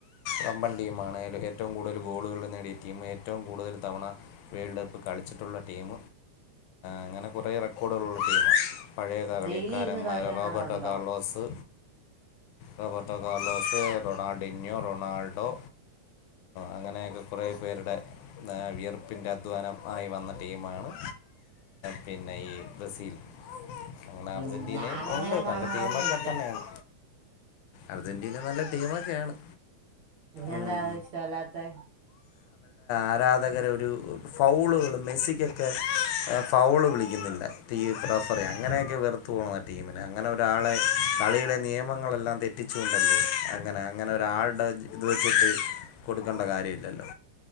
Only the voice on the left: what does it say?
കമ്പ ടീ ആണൊലും ഏറ്റവും കൂടുതൽ ഗോളുകൾ നേടിട്ട് ടീം ഏറ്റവും കൂടുതൽ തവണ വേൾഡ് കപ്പ് കളിച്ചിട്ടുള്ള ടീം അങ്ങനെ കുറേ റ കുടൽട്യമ പഴയ കകളിക്കാരന്മാർ
റോബർട്ടോ കാർലോസ് രപത്തക്കാല വെ ൊണൾഡോ ഡിഞ്ഞോ റൊണാൾഡോ അങ്ങനെയൊക്കെ കുറേ പേരുടെ വിയർപ്പിൻ്റെ അധ്വാനം ആയി വന്ന ടീമാണ് പിന്നെ ഈ ബ്രസീൽ അങ്ങനെ
അർജൻറീനയും
ഉണ്ട്
നല്ല ടീമൊക്കെ തന്നെയാണ് അർജന്റീന നല്ല ടീമൊക്കെയാണ്
ഉം.
ആരാധകര ഒരു ഫൗളുകളും മെസ്സിക്കൊക്കെ ഫൗള് വിളിക്കുന്നില്ല ീ പ്രഫർ അങ്ങനെയൊക്കെ വെർത്തു പോോക ആ ടീമിനെ അങ്ങനെ ഒരാളെ കളിയുടെ നിയമങ്ങളെല്ലാം തെറ്റിച്ചുക കൊണ്ടല്ലേ അങ്ങനെ അങ്ങനെ ഒരാളുടെ ഇത് വെച്ചിട്ട് കൊടുക്കേണ്ട കാര്യമില്ലല്ലോ